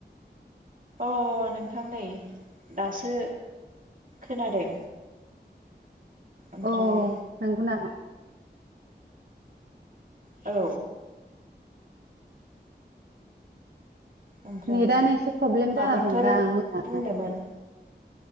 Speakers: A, on the right; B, on the right.
A: अह नोंथां नै दासो खोनादों। ओमफ्राय
B: अह नंगौ नामा?
A: औ। ओमफ्राय
B: नेट आनो एसे प्रब्लेम
A: माबाफोर
B: जाना दंदां मोनानायखाय।
A: बुंनोमोन